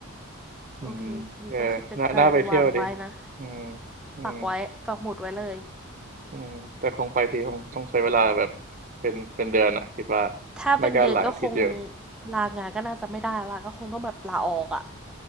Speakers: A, on the right (about 35°); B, in the centre.
A: อืมเออน่าน่าไปเที่ยวดี
B: โอเคนี่ก็คือเป็นแพลนวางไว้นะ
A: อืมอืม
B: ปักไว้ปักหมุดไว้เลย
A: อืมแต่คงไปทีคงต้องใช้เวลาแบบเป็นเป็นเดือนอ่ะคิดว่า
B: ถ้าเป็นเดือนก็คง
A: ไม่ก็หลายอาทิตย์อยู่
B: ลางานก็น่าจะไม่ได้ละก็คงต้องแบบลาออกอะ